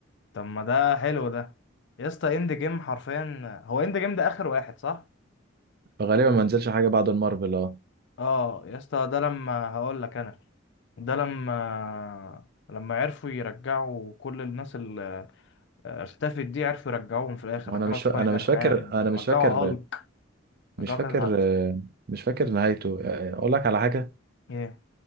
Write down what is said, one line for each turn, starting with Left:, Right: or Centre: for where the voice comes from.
Left: طب ما ده حلو ده يا اسطى اند جيم حرفيا هو اند جيم ده اخر واحد صح
Right: فغالبا ما نزلش حاجه بعد المارفل اه
Left: اه يا اسطى ده لما هقول لك انا ده لما لما عرفوا يرجعوا كل الناس اللي اختفت دي عرفوا يرجعوهم في الاخر
Right: وانا
Left: رجعوا
Right: مش
Left: سبايدر
Right: فا... انا مش فاكر
Left: مان
Right: انا
Left: ورجعوا
Right: مش فاكر
Left: هالك رجعوا
Right: مش فاكر
Left: كذا حد
Right: مش فاكر نهايته اقول لك على حاجه
Left: ايه